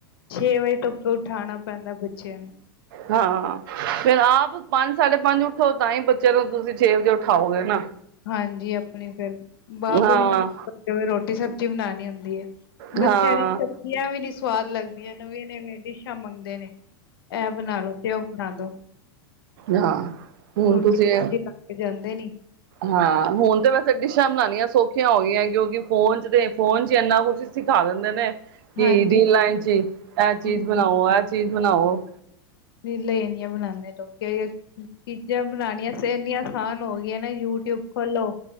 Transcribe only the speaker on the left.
ਛੇ ਵਜੇ ਤੋਂ ਉਠਾਣਾ ਪੈਂਦਾ ਬੱਚਿਆਂ ਨੂੰ
ਹਾਂਜੀ, ਆਪਣੀ ਫਿਰ ਬਾਪ
ਵੀ ਰੋਟੀ ਸਬਜ਼ੀ ਬਣਾਣੀ ਹੁੰਦੀ ਹੈ।
ਬੱਚਿਆਂ ਦੀ ਸਬਜ਼ੀਆਂ ਵੀ ਨੀ ਸਵਾਦ ਲੱਗਦੀਆਂ ਨਵੀਆਂਂ ਨਵੇੀਆਂ ਡਿਸ਼ਾਂ ਮੰਗਦੇ ਨੇ, ਇਹ ਬਣਾ ਲੋ ਕਿਉ ਬਣਾ ਦੋ,
ਰੋਟੀ
ਸਬਜ਼ੀ ਲਾ ਕੇ ਜਾਂਦੇ ਨੀ
ਹਾਂਜੀ
ਹੂੰ
ਰੀਲਾਂ ਬਣਾਉਂਦੇ ਲੋਕ ਚੀਜ਼ਾਂ ਬਣਾਉਣੀਆਂ ਇੰਨੀਆਂ ਆਸਾਨ ਹੋਈ ਨਾ ਯੂਟੀਊਬ ਖੋਲੋ